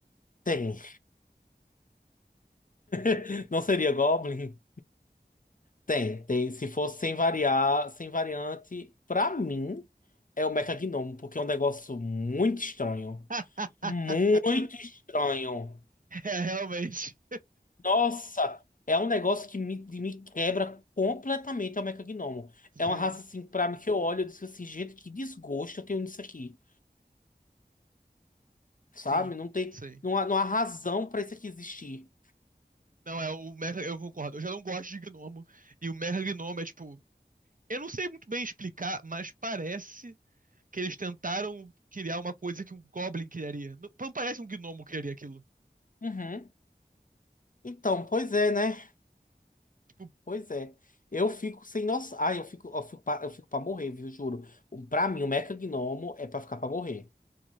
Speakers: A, on the left; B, on the right.
A: Tem. <laughs> Não seria Goblin? Tem, tem. Se fosse sem variar, sem variante, pra mim é o Mecha-Gnomo, porque é um negócio muito estranho.
B: <laughs>
A: Muito estranho.
B: É, realmente.
A: Nossa, é um negócio que me, de- me quebra completamente é o Mecha-Gnomo.
B: Sim,
A: É uma raça assim, pra mim que eu olho e digo assim, gente, que desgosto eu tenho nisso aqui. Sabe?
B: sim,
A: Não tem,
B: sim.
A: não há, não há razão pra isso aqui existir.
B: Não, é o Mecha, eu concordo. Eu já não gosto de Gnomo. E o Mecha Gnomo é tipo. Eu não sei muito bem explicar, mas parece que eles tentaram criar uma coisa que um Goblin criaria. Não, não parece que um Gnomo criaria aquilo.
A: Uhum. Então, pois é, né?
B: Tipo,
A: Pois é. Eu fico sem noção. Ai, eu fico, eu fico pra, eu fico pra morrer, viu? Juro. O- Pra mim, o Mecha Gnomo é pra ficar pra morrer.